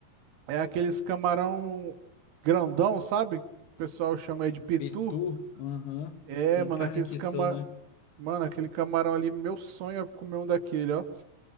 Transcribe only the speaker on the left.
Petu? Aham.
Tem
carne
aqui
só, né?